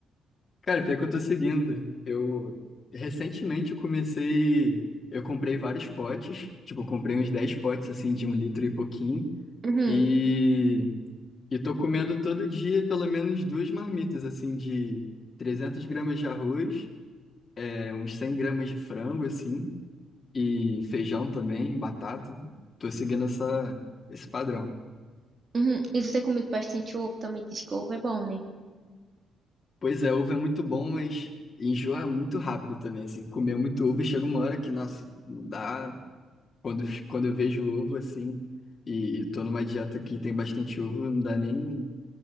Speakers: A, on the left; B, on the right.
A: Cara, pior que eu tô seguindo. Eu recentemente eu comecei. Eu comprei vários potes. Tipo, eu comprei uns 10 potes assim de um litro e pouquinho.
B: Uhum,
A: E, e tô comendo todo dia pelo menos duas marmitas assim de 300 gramas de arroz, é, uns 100 gramas de frango assim, e feijão também, batata. Tô seguindo essa, esse padrão.
B: uhum. E você tem comido bastante ovo, também diz que ovo é bom, né?
A: Pois é, ovo é muito bom, mas enjoa muito rápido também, assim. Comer muito ovo chega uma hora que, nossa, não dá. Quando, quando eu vejo ovo, assim, e, e tô numa dieta que tem bastante ovo, não dá nem